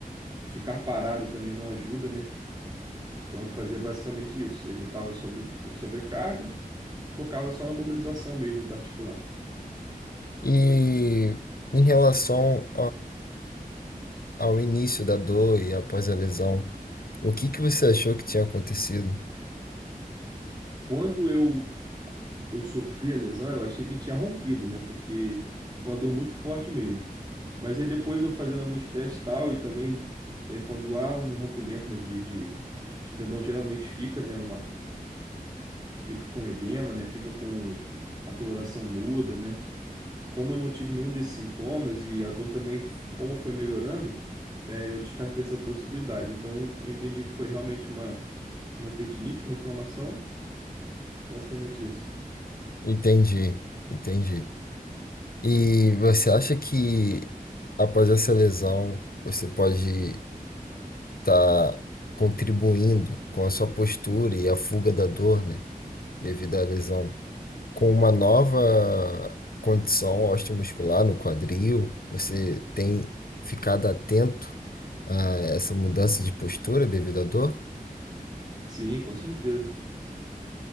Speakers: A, on the right; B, on the left.
A: ficar parado também não ajuda, né? Então eu fazia basicamente isso, evitava sobre, sobrecarga, focava só na mobilização mesmo da articular.
B: E em relação ao início da dor e após a lesão, o que que você achou que tinha acontecido?
A: Quando eu eu sofri a lesão, eu achei que tinha rompido, né? Porque foi uma dor muito forte mesmo. Mas aí depois eu fazendo alguns testes e tal e também é, quando há um rompimento, né, de, de, de tendão geralmente fica, né, fica com edema, né? Fica com a coloração muda, né? Como eu não tive nenhum desses sintomas e a dor também, f- como foi melhorando, né? Eu descartei essa possibilidade. Então, eu entendi que foi realmente uma, uma tendinite, uma inflamação, basicamente isso.
B: Entendi, entendi. E você acha que após essa lesão você pode estar contribuindo com a sua postura e a fuga da dor, né, devido à lesão, com uma nova condição osteomuscular no quadril? Você tem ficado atento a essa mudança de postura devido à dor?
A: Sim, com certeza.